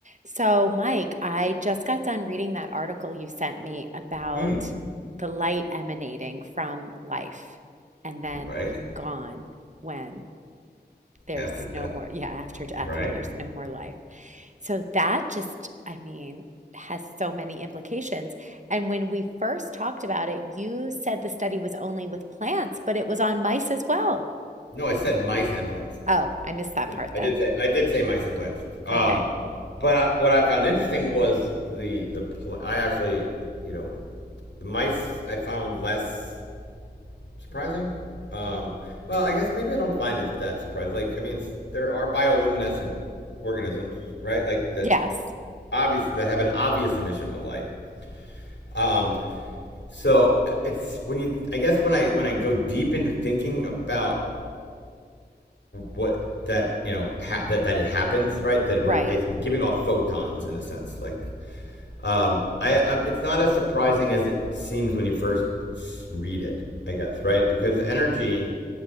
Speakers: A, on the right; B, on the left.
A: So, Mike, I just got done reading that article you sent me about
B: Mm,
A: the light emanating from life and then
B: right
A: being gone when there's
B: after death,
A: no more, yeah, after death,
B: right?
A: when there's no more life. So, that just, I mean, has so many implications. And when we first talked about it, you said the study was only with plants, but it was on mice as well.
B: No, I said mice and plants.
A: Oh, I missed that
B: Yeah,
A: part
B: I
A: then.
B: did say I did say mice and plants. Um,
A: Okay.
B: but I, what I found interesting was the the pl- I actually you know the mice I found less surprising. Um, well, I guess maybe I don't find it that surprising. Like, I mean, s- there are bioluminescent organisms, right? Like that
A: Yes.
B: obvious that have an obvious emission of light. Um, so uh, it's when you I guess when I when I go deep into thinking about what that you know ha- that that it happens right that
A: Right.
B: we're basically giving off photons in a sense like um i um, it's not as surprising as it seems when you first read it i guess right because energy